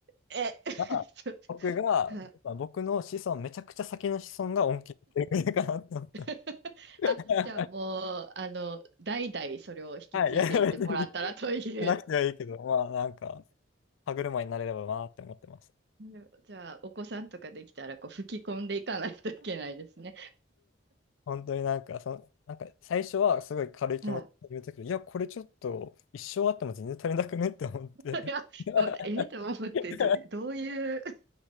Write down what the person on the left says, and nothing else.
まあ、
僕が、
まあ僕の子孫、めちゃくちゃ先の子孫が恩恵を受けてくれるかなと思って。
<laughs>
はい。いや、別に、しなくてはいいけど、まあ、なんか、歯車になれればなって思ってます。
本当になんか、その、なんか最初はすごい軽い気持ちで言うときいや、
これちょっと一生あっても全然足りなくねって思って。
<laughs>
い